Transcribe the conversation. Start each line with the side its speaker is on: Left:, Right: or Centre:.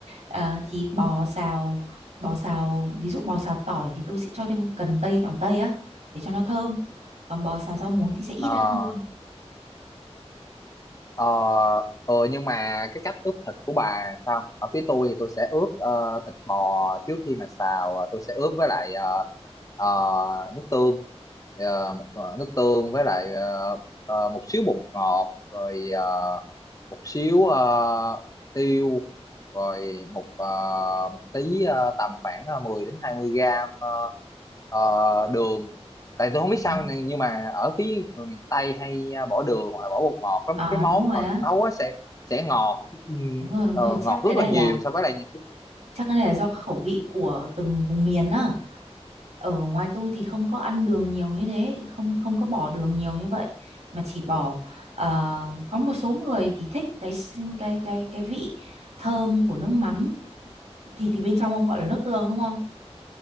Right: À, thì bò xào, bò xào, ví dụ bò xào tỏi thì tôi sẽ cho thêm cần tây, tỏi tây á, để cho nó thơm. Còn bò xào rau muống thì sẽ ít
Left: Ờ,
Right: ăn hơn.
Left: Ờ, ừ, nhưng mà cái cách ướp thịt của bà sao? Ở phía tôi thì tôi sẽ ướp ờ, thịt bò trước khi mà xào, ờ, tôi sẽ ướp với lại ờ, ờ, nước tương, Ờ, ờ, nước tương với lại ờ, ờ, một xíu bột ngọt, rồi ờ, một xíu ờ, tiêu, rồi một ờ, một tí ờ, tầm khoảng ờ, 10 đến 20 gram ờ, ờ, đường tại tôi không biết sao
Right: Ừ.
Left: này, nhưng mà ở phía người miền Tây hay à, bỏ đường hoặc là bỏ bột ngọt lắm
Right: À
Left: cái món
Right: đúng rồi
Left: họ
Right: á,
Left: nấu á sẽ sẽ ngọt ừm,
Right: đúng rồi, đúng
Left: ờ,
Right: rồi, chắc
Left: ngọt
Right: cái
Left: rất
Right: này
Left: là nhiều
Right: là
Left: so với lại những cái-
Right: Chắc cái này là do khẩu vị của từng vùng miền á. Ở ngoài tôi thì không có ăn đường nhiều như thế, không không có bỏ đường nhiều như vậy mà chỉ bỏ ờ, có một số người thì thích cái s- cái cái cái vị thơm của nước mắm thì thì bên trong ông gọi là nước tương đúng không?